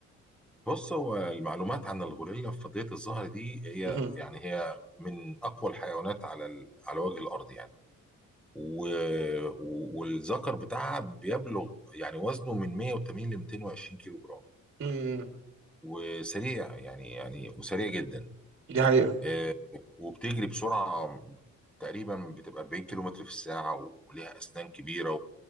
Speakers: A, in the centre; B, on the right (about 45°).
A: بص هو المعلومات عن الغوريلا في فضية الظهر دي هي
B: مهم.
A: يعني هي من أقوى الحيوانات على ال... على وجه الأرض يعني و... و... والذكر بتاعها بيبلغ يعني وزنه من 180 ل 220 كيلو جرام
B: مم.
A: وسريع يعني يعني وسريع جدا
B: دي حقيقة
A: آه، وبتجري بسرعة تقريبا بتبقى 40 كيلو متر في الساعة وليها أسنان كبيرة